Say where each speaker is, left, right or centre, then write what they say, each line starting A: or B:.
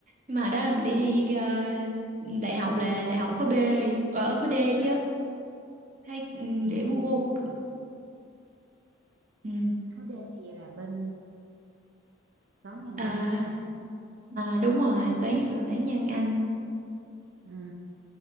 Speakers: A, on the right; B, on the right.
A: Nhưng mà hồi đó là mình đi thi à, đại học là đại học khối B, ờ, ở khối D chứ. Thấy ừ,
B: à,
A: điểm của cô ừ,
B: Khối D vậy là bên toán văn
A: à,
B: Anh ha.
A: à đúng rồi, toán là toán văn Anh.
B: Ừ.